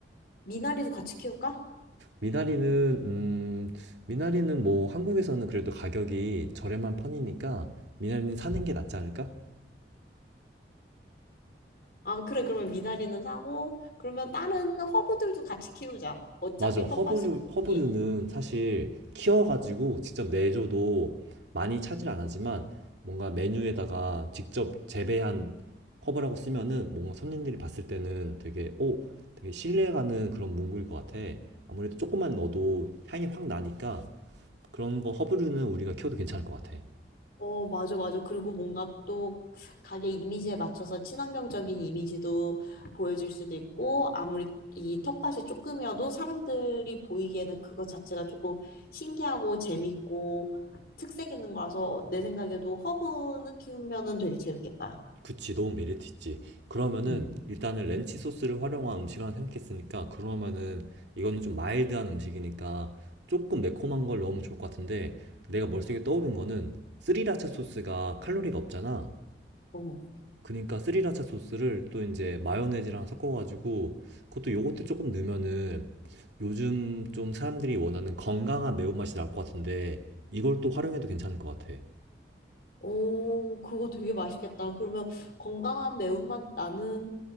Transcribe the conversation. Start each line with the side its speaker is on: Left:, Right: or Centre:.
Left: 미나리도 같이 키울까?
Right: 미나리는 음, 미나리는 뭐 한국에서는 그래도 가격이 저렴한 편이니까 미나리는 사는
Left: 음.
Right: 게 낫지 않을까?
Left: 아, 그래, 그러면 미나리는 사고, 그러면 다른 허브들도 같이 키우자. 어차피
Right: 맞아. 허브류,
Left: 텃밭이 있으니.
Right: 허브류는 사실 키워가지고 직접 내줘도 많이 차질 안 하지만 뭔가 메뉴에다가 직접 재배한 허브라고 쓰면은 뭔가 손님들이 봤을 때는 되게, 오, 되게 신뢰가는 그런 문구일 것 같아. 아무래도 조금만 넣어도 향이 확 나니까 그런 거 허브류는 우리가 키워도 괜찮을 것 같아.
Left: 어, 맞아, 맞아. 그리고 뭔가 또 가게 이미지에 맞춰서 친환경적인 이미지도 보여줄 수도 있고, 아무리 이 텃밭이 조금이어도 사람들이 보이기에는 그거 자체가 조금 신기하고 재밌고 특색 있는 거라서 내 생각에도 허브는 키우면은 되게 재밌겠다.
Right: 그치, 너무 메리트 있지. 그러면은
Left: 응.
Right: 일단은 렌치 소스를 활용한 음식을 하나 생각했으니까 그러면은 이거는 좀 마일드한 음식이니까 조금 매콤한 걸 넣으면 좋을 것 같은데 내가 머릿속에 떠오른 거는 스리라차 소스가 칼로리가 없잖아.
Left: 어.
Right: 그러니까 스리라차 소스를 또 이제 마요네즈랑 섞어가지고 그것도 요거트 조금 넣으면은 요즘 좀 사람들이 원하는 건강한 매운맛이 나올 것 같은데 이걸 또 활용해도 괜찮을 것 같아.
Left: 오, 그거 되게 맛있겠다. 그러면 건강한 매운맛 나는